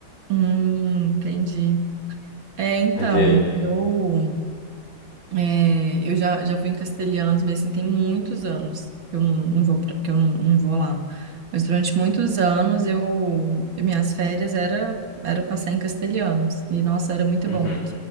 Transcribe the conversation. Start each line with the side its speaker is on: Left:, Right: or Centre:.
Right: Hum, entendi. É, então,
Left: Mas e aí?
Right: eu É, eu já, já fui em Castelhanos, mas assim, tem muitos anos que eu não, não vou, pra- que eu não, não vou lá. Mas durante muitos anos, eu, minhas férias era, era passar em Castelhanos. E, nossa, era muito
Left: Uhum.
Right: bom.